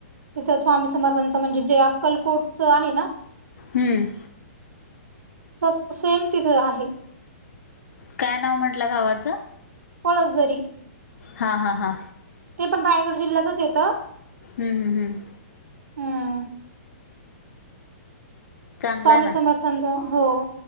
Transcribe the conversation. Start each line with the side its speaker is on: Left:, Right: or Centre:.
Right: तिथं स्वामी समर्थांचं म्हणजे जे अक्कलकोटचं आहे ना
Left: हम्म.
Right: तसं सेम तिथं आहे.
Left: काय नाव म्हंटला गावाचं?
Right: पळसदरी.
Left: हा हा हा
Right: ते पण रायगड जिल्ह्यातच येतं.
Left: हम् हम् हम
Right: हम्म
Left: चांगला
Right: स्वामी
Left: ना
Right: समर्थांचा हो